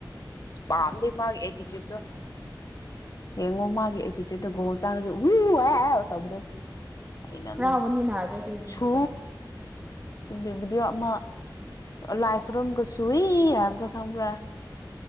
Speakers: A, on the left; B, on the right.
A: ꯄꯥꯝꯗꯦ ꯃꯥꯒꯤ ꯑꯦꯇꯤꯆ꯭ꯌꯨꯠꯇꯣ ꯌꯦꯡꯉꯣ ꯃꯥꯒꯤ ꯑꯦꯇꯤꯆꯨꯠ ꯒꯣꯜ ꯆꯜꯂꯗꯤ ꯎ ꯑꯍ ꯇꯧꯕꯗꯣ ꯍꯩꯅꯗꯦ
B: ꯍꯔꯥꯎꯕꯅꯤꯅ ꯑꯗꯨꯗꯤ ꯃꯤꯁꯨ
A: ꯁꯨ ꯀꯥꯝꯕꯩ ꯕꯤꯗꯣ ꯑꯃ ꯂꯥꯏꯀ ꯔꯣꯝꯒꯤ ꯁ꯭ꯨꯋꯏ ꯍꯥꯏꯕꯗ ꯈꯪꯕ꯭ꯔ